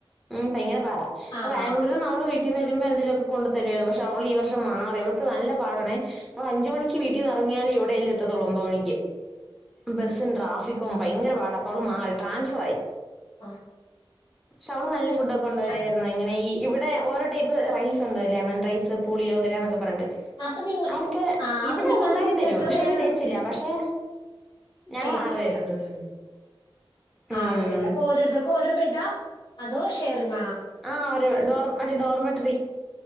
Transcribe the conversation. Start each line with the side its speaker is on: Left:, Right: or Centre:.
Centre: ഉം ഭയങ്കര പാടാ
Left: ആഹ്
Centre: ബാംഗ്ലൂർ
Left: ആഹ്
Centre: അവള് വീട്ടീന്ന് വരുമ്പോ എന്തേലൊക്കെ കൊണ്ട് തരുവായിരുന്നു പക്ഷെ അവള് ഈ വർഷം മാറി അവൾക്ക് നല്ല പാടണേ അവളഞ്ചു മണിക്ക് വീട്ടീന്നെറങ്ങിയാല് ഇവിടെയല്ല ത്തത്തൊള്ളൂ ഒമ്പത് മണിക്ക് ബസ്സും ട്രാഫിക്കും ഭയങ്കര പാടാ അപ്പൊ അവള് മാറി ട്രാൻസ്ഫറായി
Left: ആഹ്
Centre: പക്ഷെ അവള് നല്ല ഫുഡ് ഒക്കെ കൊണ്ടരായിരുന്നു
Left: ആഹ്
Centre: ഇങ്ങനെ ഈ ഇവിടെ ടെ ഓരോ ടൈപ്പ് റൈസ് ഒണ്ട് ലെമൺ റൈസ് പുളിയോ ഗ്രന്നൊക്കെ പറഞ്ഞിട്ട്
Left: അപ്പൊ നിങ്ങ
Centre: അനൊക്കെ
Left: ആഹ് അപ്പൊ
Centre: ഇവിടെ
Left: നിങ്ങളുടെ
Centre: അതുണ്ടാക്കി
Left: റൂമിൽ
Centre: തരും
Left: എത്ര
Centre: പക്ഷെ
Left: പേരാ
Centre: അയിന് ടേസ്റ്റില്ല പക്ഷെ ഞങ്ങൾ
Left: ടെസ്റ്റില്ല
Centre: ആറു പേരുണ്ട്
Left: ഉം
Centre: ഉം
Left: ആറ് പേര് അപ്പൊ ഓരോരുത്തർക്കും ഓരോ ബെഡാ അതോ ഷെയറിങ്ങാണാ
Centre: ആ ഓര ഡോർ മറ്റെ ഡോർമെട്ട്റി